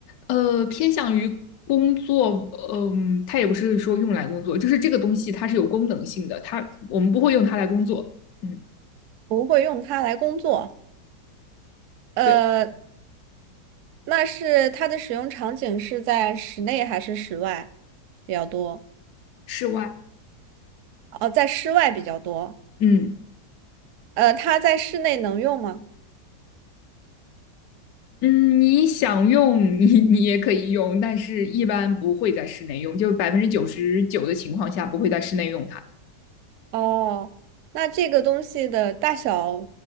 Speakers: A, on the left (about 65°); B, on the right (about 65°).
A: 呃，偏向于工作，嗯，它也不是说用来工作，就是这个东西它是有功能性的，它我们不会用它来工作。嗯，
B: 不会用它来工作。呃，
A: 对，
B: 那是它的使用场景是在室内还是室外比较多？
A: 室外，
B: 哦，在室外比较多。
A: 嗯
B: 呃，它在室内能用吗？
A: 嗯，你想用你你也可以用，但是一般不会在室内用，就百分之九十九的情况下不会在室内用它的。
B: 哦，那这个东西的大小，